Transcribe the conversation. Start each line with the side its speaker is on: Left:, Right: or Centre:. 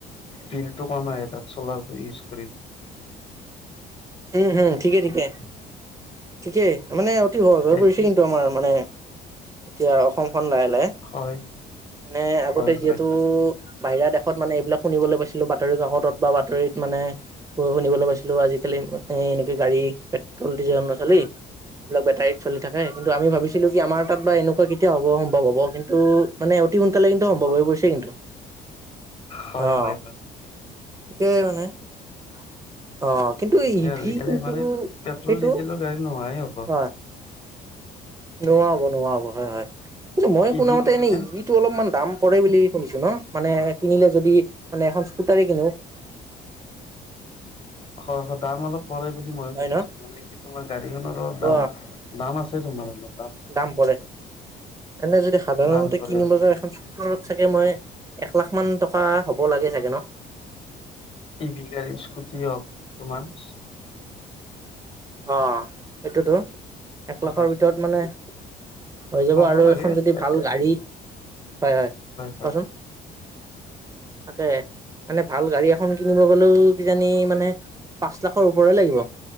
Left: বিলটো কম আহে তাত ছলাৰটো ইউজ কৰিলে।
Right: উম, হম ঠিকে ঠিকে। ঠিকেই মানে অতি সহজ হৈ
Left: সেইটো
Right: পৰিছে কিন্তু আমাৰ মানে এতিয়া অসমখন লাহে-লাহে
Left: হয়
Right: মানে আগতে
Left: হয়
Right: যিহেতু
Left: হয় হয়
Right: বাহিৰা দেশত মানে এইবিলাক শুনিবলৈ পাইছিলো বাতৰি কাকতত বা বাতৰিত মানে শুনিবলৈ পাইছিলো আজি আজি কালি মানে এনেকে গাড়ী পেট্ৰল ডিজেল নচলে এইবিলাক বেটাৰীত চলি থাকে কিন্তু আমি ভাবিছিলো কি আমাৰ তাত বা এনেকুৱা কেতিয়া হব সম্ভ হব কিন্তু মানে অতি সোনকালে কিন্তু সম্ভৱ
Left: হয়
Right: হৈ পৰিছে কিন্তু
Left: হয়
Right: অ।
Left: হয় হয়
Right: <unintelligible> বনায়? <unintelligible>
Left: <unintelligible>
Right: কিন্তু
Left: মানে পেট্ৰল
Right: সেইটো
Left: ডিজেলৰ গাড়ী নোহাই হব।
Right: <unintelligible> নোহোৱা হব, নোহোৱা হব হয় হয়। কিন্তু মই
Left: ই
Right: শুনা
Left: ভি
Right: মতে
Left: কি কৈছা
Right: এনে ইভিটো অলপমান দাম পৰে বুলি শুনিছো ন'? মানে কিনিলে যদি মানে এখন স্কুটাৰয়ে কিনো।
Left: হয়, হয়। দাম অলপ পৰে বুলি মই
Right: হয়
Left: শুনিছো।
Right: ন
Left: মানে কি তোমাৰ গাড়ীখনৰ অলপ
Right: অ
Left: দাম দাম আছ তে তোমাৰে অলপ
Right: দাম পৰে। এনে যদি সাধাৰণতে
Left: দাম পৰে
Right: কিনি
Left: অলপ
Right: বজাৰ এখন স্কুটৰত চাগে মই এক লাখ মান টকা হ'ব লাগে চাগে ন'?
Left: ইভি গাড়ীৰ স্কুটিয়ে হওক। তোমাৰচ
Right: অ সেইটোতো এক লাখৰ
Left: হয়
Right: ভিতৰত মানে হৈ যাব
Left: পাব
Right: আৰু
Left: লাগে
Right: এখন
Left: হয়
Right: যদি ভাল গাড়ী। হয়, হয়
Left: হয়
Right: কোৱাচোন? থাকে, মানে ভাল গাড়ী এখন কিনিব গলেও কিজানি মানে পাঁচ লাখৰ ওপৰে লাগিব।